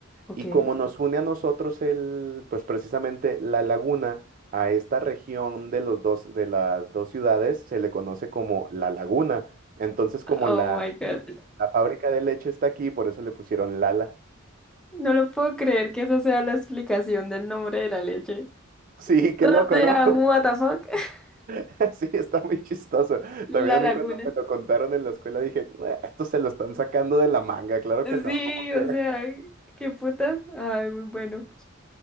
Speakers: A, in the centre; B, on the right.
A: ok.
B: Y como nos une a nosotros el, pues precisamente la laguna a esta región de los dos, de las dos ciudades, se le conoce como la laguna. Entonces, como
A: Oh
B: la,
A: my God.
B: la fábrica de leche está aquí, por eso le pusieron Lala. <laughs>
A: No lo puedo creer que esa sea la explicación del nombre de la leche.
B: Sí, qué
A: O
B: loco,
A: sea,
B: ¿no?
A: what the fuck. <laughs>
B: <laughs> Sí, está muy chistoso. También
A: La
B: a
A: laguna.
B: mí cuando me lo contaron en la escuela dije, "Ah, esto se lo están sacando de la manga, claro que no,
A: Sí,
B: ¿cómo crees?
A: o sea, qué putas. Ay, muy bueno.